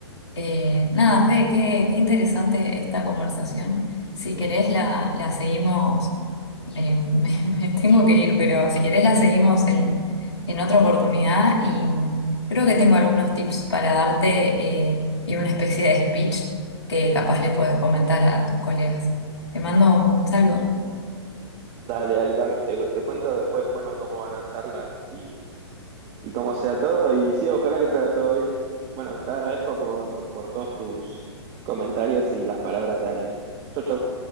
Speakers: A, on the left (about 70°); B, on the right (about 30°).
A: Eh, nada, Fede, qué, qué interesante esta conversación. Si querés la, la seguimos, eh, <laughs> me, me tengo que ir, pero si querés la seguimos en, en otra oportunidad y mm, creo que tengo algunos tips para darte eh, y una especie de speech que capaz le podés comentar a tus colegas. Te mando un saludo.
B: Dale, dale, Cami, te, te cuento después, bueno, cómo va la charla y, y cómo sea todo. Y sí, ojalá que salga todo bien. Bueno, te agradezco por, por todos tus comentarios y las palabras de aliento. Chau, chau.